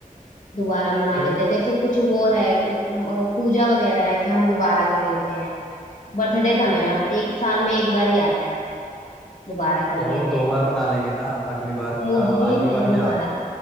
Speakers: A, on the left; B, in the centre.
A: दोबारा मना
B: क्यों
A: लेते हैं जैसे कुछ वो है कि, म, पूजा वगैरह है कि हम दोबारा कर लेते हैं बर्थडे था मेरा एक साल में एक बार ही आता है दोबारा कर
B: तो
A: लेते
B: दो
A: हैं
B: बार बना लेंगे ना अगली बार
A: मुझे
B: अ, अगली
A: नहीं
B: बार क्या
A: मना